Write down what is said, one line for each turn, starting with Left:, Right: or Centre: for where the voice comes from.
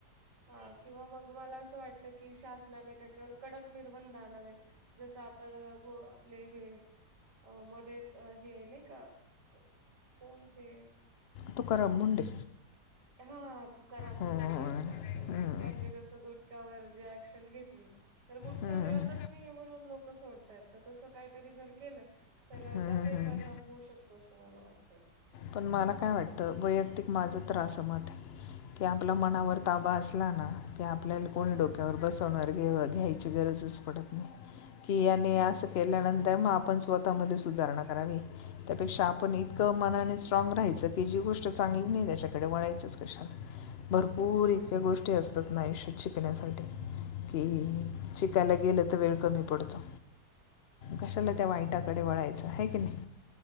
Right: हा किंवा मग मला असं वाटत की शासनाने त्याच्यावर कडक निर्बंध आणावे जसं आ तर गो आपले हे मध्ये हे नाही का- कोणते
Left: तुकाराम मुंडे
Right: हा तुकाराम
Left: हम्म.
Right: मुंडे राईट राईट राईट
Left: हम्म.
Right: त्यांनी जसं गुटख्यावर जे ॲक्शन घेतली तर गुटखा
Left: हम्म.
Right: मिळतच नाही म्हणून लोक सोड तसं काहीतरी जर केलं तर
Left: हम्म,
Right: त्याचाही
Left: हम्म.
Right: परिणाम होऊ शकतो असं मला वाटत.
Left: पण मला काय वाटतं वैयक्तिक माझं तर असं मत आहे. की आपला मनावर
Right: हम्म
Left: ताबा असला ना की आपल्याला कोणी
Right: हा
Left: डोक्यावर
Right: हा
Left: बसवणार घेव घ्यायची गरज पडत नाही कि याने
Right: हा
Left: अस केल्यानंतर
Right: ते आहे.
Left: मग आपण स्वत सुधारणा करावी त्यापेक्षा आपण इतक
Right: हम्म
Left: मनाने स्ट्रॉंग राहायचं की जी गोष्ट चांगली नाही त्याच्याकडे वळायचंच कशाला भरपूर
Right: हम्म
Left: इतक्या गोष्टी असतात ना आयुष्यात शिकण्यासाठी की शिकायला गेलं तर वेळ कमी पडतो. कशाला
Right: हो
Left: त्या वाईटाकडे वळायचं आहे की नाही,